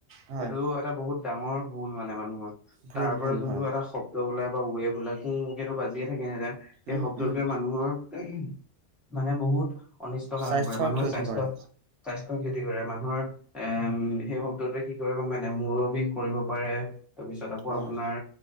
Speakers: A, on the right; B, in the centre.
A: হয়,
B: সেইটো এটা বহুত ডাঙৰ ভুল মানে মানুহৰ।
A: ভুল
B: তাৰ পৰা
A: ভুল
B: যোনটো
A: হয়।
B: এটা শব্দ ওলাই ৱেব ওলাই কুকেটো বাজিয়ে থাকে এনিটাইম সেই
A: উম,
B: শব্দটোৱে
A: উম,
B: মানুহৰ এহম মানে বহুত অনিষ্ট সাধন
A: স্বাস্থ্যৰ
B: কৰে মানুহৰ
A: ক্ষতি
B: স্বাস্থ্যত
A: কৰে।
B: স্বাস্থ্য ক্ষতি কৰে মানুহৰ। এ,
A: উম,
B: সেই শব্দতে কি কৰে গম পায় নাই, মূৰৰ বিষ কৰিব পাৰে। তাৰপিছত আকৌ
A: অ',
B: আপোনাৰ